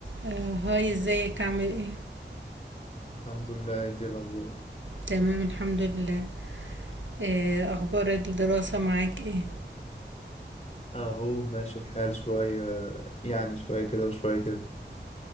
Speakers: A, on the right (about 80°); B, on the left (about 35°).
A: آه، هاي ازيك عامل ايه
B: الحمد لله دي الأخبار
A: تمام الحمد لله آه، اخبار الدراسة معاك ايه
B: أهو ماشي الحال شوية يعني شوية كده وشوية كده